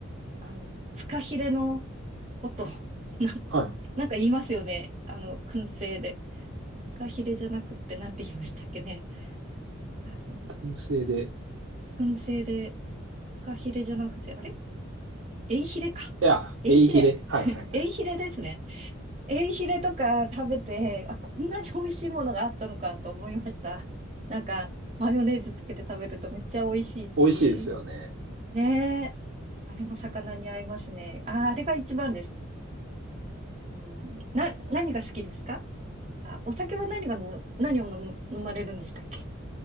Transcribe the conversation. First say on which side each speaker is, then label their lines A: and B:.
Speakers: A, on the right; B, on the right.
A: あの、フカヒレのこと、<laughs>
B: は
A: なんか言いますよね。あの、燻製で。フカヒレじゃなくって、なんて言いましたっけね。あの、
B: い。燻製で。い
A: 燻製で、フカヒレじゃなくて、あれエイヒレか。
B: や、
A: エイヒレ
B: エイヒレ。はいはいはい。
A: <laughs> エイヒレですね。エイヒレとか食べて、あ、こんなに美味しいものがあったのかと思いました。<laughs> なんか、マヨネーズつけて食べるとめっちゃ美味しいし、
B: 美味しいですよね。
A: ねえ。あれも魚に合いますね。ああ、あれが一番です。うん。な、何が好きですかあ、お酒は何が飲む、何を飲む、飲まれるんでしたっけ